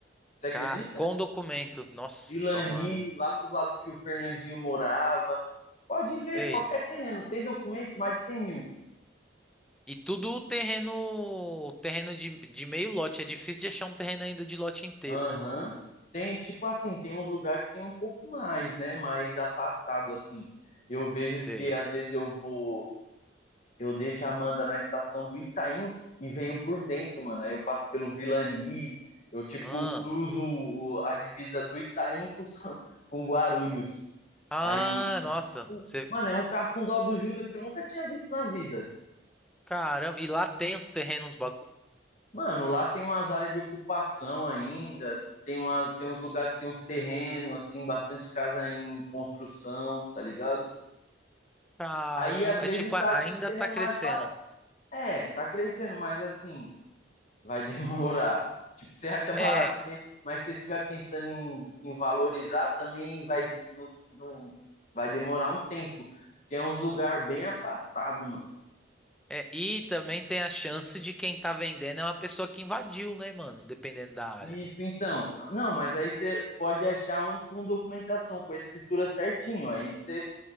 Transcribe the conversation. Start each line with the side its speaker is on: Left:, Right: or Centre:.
Left: Você acredita?
Centre: ca- com documento. Nossa,
Left: Vilani,
Centre: mano.
Left: lá para os lados que o Fernandinho morava. Pode
Centre: Sei.
Left: ver, qualquer terreno tem documento, mais de 100 mil.
Centre: E tudo terreno, terreno de, de meio lote. É difícil de achar um terreno ainda de lote inteiro,
Left: Aham.
Centre: né, mano?
Left: Tem, tipo assim, tem uns lugares que tem um pouco mais, né? Mais afastado, assim. Eu vejo
Centre: Sei.
Left: porque às vezes eu vou, eu deixo a Amanda na estação do Itaim e venho por dentro, mano. Aí eu passo pelo Vilani, eu, tipo,
Centre: Ah,
Left: cruzo o- a divisa do Itaim com, São- <laughs> com Guarulhos.
Centre: ah,
Left: Aí é
Centre: nossa.
Left: tipo,
Centre: Você,
Left: mano, é um cafundó do Judas que eu nunca tinha visto na vida.
Centre: caramba. E lá tem os terrenos, bagulho.
Left: Mano, lá tem umas áreas de ocupação ainda, tem, uma, tem uns lugares que tem uns terrenos, assim, bastante casa em construção, tá ligado?
Centre: Caramba.
Left: Aí às vezes
Centre: É tipo,
Left: dá
Centre: a- ainda
Left: um terreno
Centre: tá crescendo.
Left: mais barato. É, tá crescendo, mas assim, vai <laughs> demorar. Tipo, você acha barato
Centre: É,
Left: também, mas se você estiver pensando em, em valorizar também, vai, não, não- vai demorar um tempo, porque é uns lugar bem afastado, mano.
Centre: é. E também tem a chance de quem tá vendendo é uma pessoa que invadiu, né, mano? Dependendo da área.
Left: Isso, então. Não, mas aí você pode achar um com documentação, com a escritura certinho. Aí você